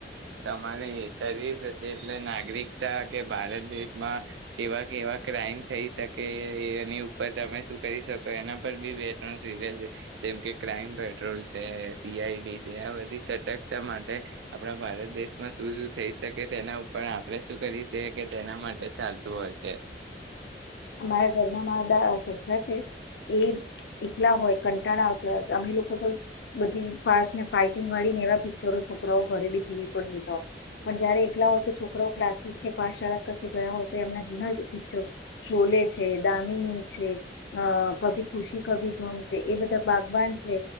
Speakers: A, on the right; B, on the left.
A: તમારી શરીર એટલે નાગરિકતા કે ભારત દેશમાં કેવા કેવા ક્રાઈમ થઈ શકે એની ઉપર તમે શું કરી શકો એના પર બી બે ત્રણ સીરિયલ જેમ કે ક્રાઈમ પેટ્રોલ છે સીઆઈડી છે આ બધી સતર્કતા માટે આપણા ભારત દેશમાં શું શું થઈ શકે તેના પર આપણે શું કરી સે કે તેના માટે ચાલતું હોય સે.
B: અમારા ઘર મા બધા સસરા છે એ એકલા હોય કંટાળ આવતા હોય અમે લોકો તો બધી ફાસ્ટ ને ફાઈટિંગ વાળી ને એવા પિક્ચરો છોકરાઓ ઘરે બી ટીવી પર જોતા હોય પણ જયારે એકલા હોય કે છોકરાઓ ક્લાસીસ કે પાઠશાળા કસે ગયા હોય તો એમના જૂના પિક્ચર શોલે છે દામિની છે અ કભી ખુશી કભી ગમ છે એ બધા બાગવાન છે